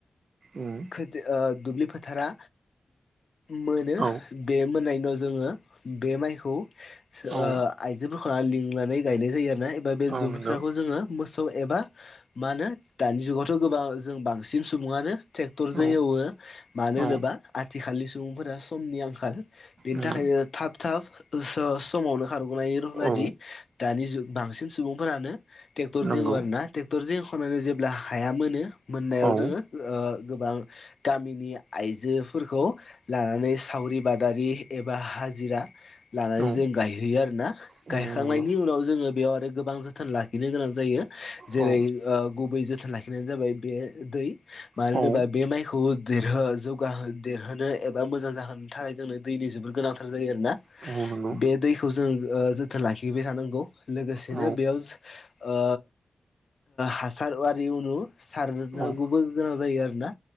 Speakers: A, on the right; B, on the left.
A: उम
B: खोथि ओ दुब्लि फोथारा मोनो
A: औ
B: बे मोननायनि उनाव जोङो बे माइखौ ओ
A: औ
B: आइजोफोरखौ लिंनानै गायनाय जायो आरो नाय एबा बे
A: औ
B: दुब्लि
A: नंगौ
B: फोथारखौ जोङो मोसौ एबा मा होनो दानि जुगावथ' गोबां जों बांसिन सुबुङानो ट्रेक्टर
A: औ
B: जो एवो मानो
A: औ
B: होनोब्ला आथिखालनि सुबुंफोरा समनि आंखाल बेनि
A: उम
B: थाखायनो थाब थाब ओ स समावनो खारग'नायनि र बायदि
A: औ
B: दानि जुग बांसिन सुबुंफोरानो ट्रेक्टर जो
A: नंगौ
B: एवो आरोना ना ट्रेक्टर एवखांनानै जेब्ला हाया मोनो मोननायाव
A: औ औ
B: जोङो ओ गोबां गामिनि आइजोफोरखौ लानानै सावरि बादारि एबा हाजिरा लानानै
A: औ
B: जों गायहैयो आरोना
A: औ
B: गायखांनायनि
A: नंगौ
B: उनाव जोङो बेयाव आरो गोबां जोथोन लाखिनो गोनां जायो जेरै
A: औ
B: ओ गुबै जोथोन लाखिनायानो जाबाय बे दै मानो
A: औ
B: होनोबा बे माइखौ देरहो जौगा देरहोनो एबा मोजां जाहोनो थाखाय जोंनो दैनि जोबद गोनांथार जायो आरोना
A: औ नंगौ
B: बे दैखौ जों जोथोन लाखिबाय थानांगौ लोगोसेनो
A: औ
B: बेयाव ओ हासार आरि उनु सारनांगौबो
A: औ
B: गोनां जायो आरोना